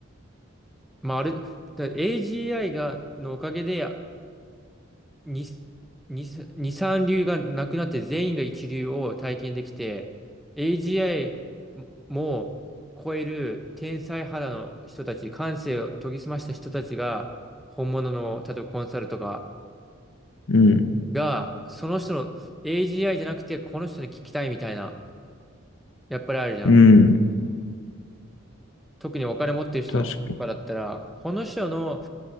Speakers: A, in the centre; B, on the left.
A: まあ、ある、だ AGI が、のおかげで、に、に、二三流がなくなって全員が一流を体験できて、AGI も超える天才肌の人たち、感性を研ぎ澄ました人たちが、本物の、例えばコンサルとか、
B: うんうん
A: が、その人の AGI じゃなくて、この人に聞きたいみたいな、やっぱりあるじゃん。
B: うん
A: 特にお金持ってる人とかだったら、
B: 確かに。
A: この人の、